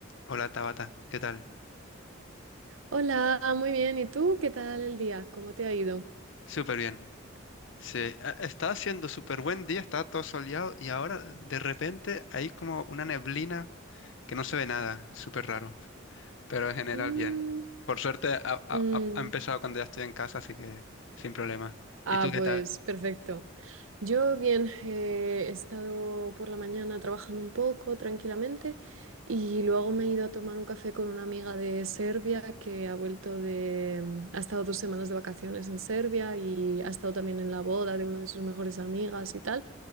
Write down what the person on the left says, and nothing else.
Hola Tabata, ¿qué tal?
Súper bien. Sí, a- estaba haciendo súper buen día, estaba todo soleado y ahora de repente hay como una neblina que no se ve nada, súper raro, pero en general
bien. Por suerte ha, ha-
ha- ha empezado cuando ya estoy en casa, así que sin problema.
¿Y tú qué
tal?